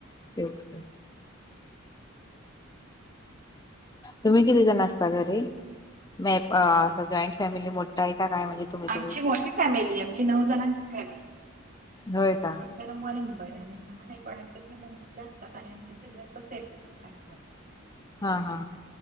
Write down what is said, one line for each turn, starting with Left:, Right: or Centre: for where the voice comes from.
Left: तेच कि तुम्ही किती जण असता घरी मे अस जॉईंट फॅमिली मोठा आहे का काय म्हणजे तुम्ही
Right: आमची
Left: तुम्ही
Right: मोठी फॅमिली आहे आमची नऊ जणांची फॅमिली आहे.
Left: होय का
Right: हे नवा नंबर आहेम्ही लहान आहे पण आमच्यात मुंबईला असतात आणि आमच्या सगळ्यात सेपरेटच आहेत पण
Left: हा.. हा.